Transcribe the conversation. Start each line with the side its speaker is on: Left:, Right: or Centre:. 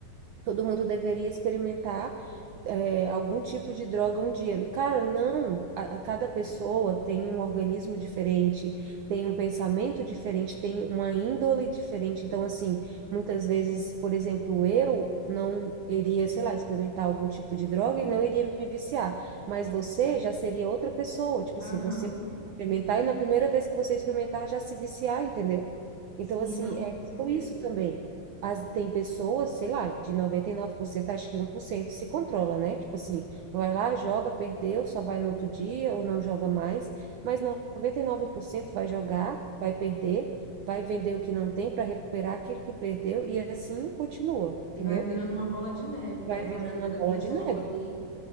Right: Todo mundo deveria experimentar é, algum tipo de droga um dia. Cara, não. A, a cada pessoa tem um organismo diferente, tem um pensamento diferente, tem uma índole diferente. Então, assim, muitas vezes, por exemplo, eu não iria, sei lá, experimentar algum tipo de droga e não iria me viciar. Mas você já seria outra pessoa. Tipo
Left: Aham.
Right: assim, você experimentar e na primeira vez que você experimentar já se viciar, entendeu? Então,
Left: Sim,
Right: assim,
Left: não,
Right: é
Left: com certeza.
Right: isso também. As, tem pessoas, sei lá, de 99%, acho que 1% se controla, né? Tipo assim, vai lá, joga, perdeu, só vai no outro dia ou não joga mais, mas 99% vai jogar, vai perder, vai vender o que não tem para recuperar aquilo que perdeu e assim continua, entendeu?
Left: E vai virando uma bola de neve,
Right: Vai
Left: né?
Right: virando
Left: A vida
Right: uma
Left: da
Right: bola
Left: pessoa
Right: de neve.
Left: ali.